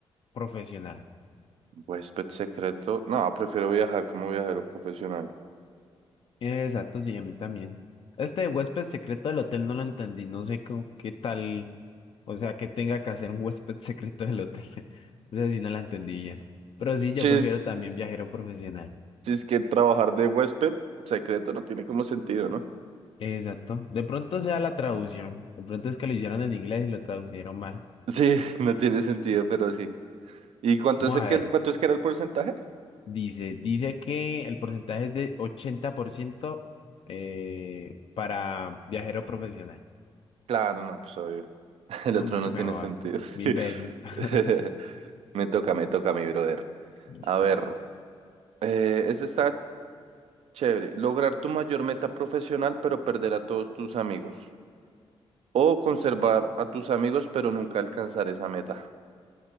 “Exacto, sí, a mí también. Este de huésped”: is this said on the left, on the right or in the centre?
Left